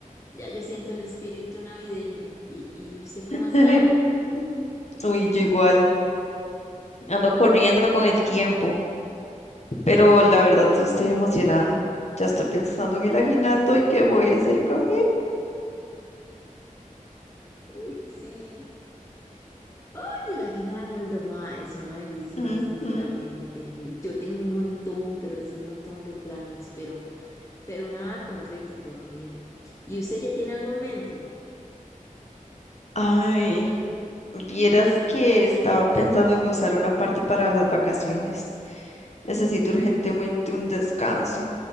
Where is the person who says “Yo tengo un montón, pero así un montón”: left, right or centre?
Left